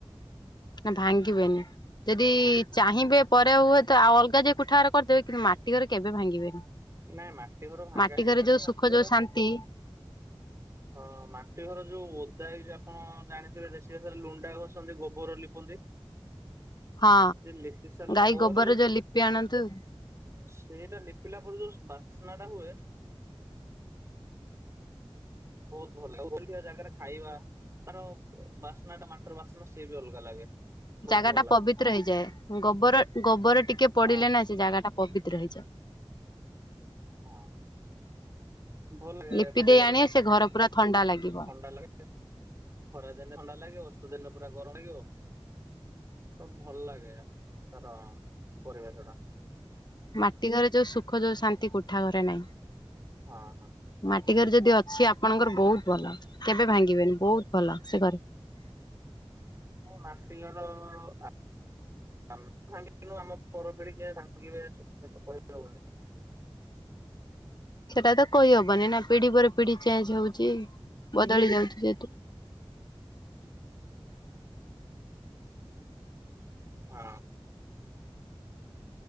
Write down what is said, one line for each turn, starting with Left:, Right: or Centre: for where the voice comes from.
Left: ନା ଭାଙ୍ଗିବେନି। ଯଦି ଚାହିଁବେ ପରେ ହୁଏ ତ ଆଉ ଅଲଗା ଜାଗା କୁଠାଘର କରିଦେବେ କିନ୍ତୁ ମାଟି ଘର କେବେ ଭାଙ୍ଗିବେନି।
Right: ନାଇଁ ମାଟି ଘର ଭାଙ୍ଗା
Left: ମାଟି
Right: ହେଇନି
Left: ଘରେ ଯୋଉ ସୁଖ
Right: ମାଟି ଘର
Left: ଯୋଉ ଶାନ୍ତି
Right: ହଁ ମାଟି ଘର ଯୋଉ ଓଦା ହେଇଯ ଆପଣ ଜାଣିଥିବେ ବି ସେଥିରେ ଲୁଣ୍ଡା ଘଷନ୍ତି ଗୋବର ଲିପନ୍ତି।
Left: ହଁ
Right: ସେ ଲିପି ସାରିଲା
Left: ଗାଈ
Right: ପରେ
Left: ଗୋବରରେ ଯୋଉ ଲିପି ଆଣନ୍ତି
Right: ସେଇଟା ଲିପିଲା ପରେ ଯୋଉ ବାସ୍ନା ଟା ହୁଏ ବହୁତ ଭଲ ଲାଗେ <unintelligible> ଜାଗାରେ ଖାଇବା ତାର ବାସ୍ନା ଟା ମାଟିର ବାସ୍ନାଟା ସିଏ ବି ଅଲଗା ଲାଗେ। ବହୁତ
Left: ଜାଗା
Right: ଭଲ
Left: ଟା
Right: ଲାଗେ
Left: ପବିତ୍ର ହେଇଯାଏ ଗୋବର ଗୋବର ଟିକେ ପଡିଲେ
Right: ହଁ।
Left: ନା ସେ ଜାଗା ଟା ପବିତ୍ର ହେଇଯାଏ।
Right: ହଁ ଭଲ ଲାଗେ
Left: ଲିପି
Right: ମାଟି
Left: ଦେଇ
Right: ଘର
Left: ଆଣିବେ
Right: ଟା
Left: ସେ ପୁରା ଥଣ୍ଡା ଲାଗିବ।
Right: ଥଣ୍ଡା ଲାଗେ। ଖରାଦିନେ ଥଣ୍ଡା ଲାଗିବ ବର୍ଷା ଦିନରେ ପୁରା ଗରମ ଲାଗିବ। ତ ଭଲ ଲାଗେ ତାର ପରିବେଶ ଟା।
Left: ମାଟି ଘରେ ଯୋଉ ସୁଖ ଯୋଉ ଶାନ୍ତି କୋଠା ଘରେ ନାହିଁ।
Right: ହଁ ହଁ।
Left: ମାଟି ଘର ଯଦି ଅଛି ଆପଣଙ୍କର ବହୁତ ଭଲ କେବେ ଭାଙ୍ଗିବେନି ବହୁତ ଭଲ ସେ ଘରେ।
Right: ମୁଁ ମାଟି ଘର ଆ <unintelligible>
Left: ସେଟା ତ କହିହବନି ନା ପିଢି ପରେ ପିଢି ଚେଞ୍ଜ ହଉଛି ବଦଳି ଯାଉଛି ଯେହେତୁ।
Right: ହଁ।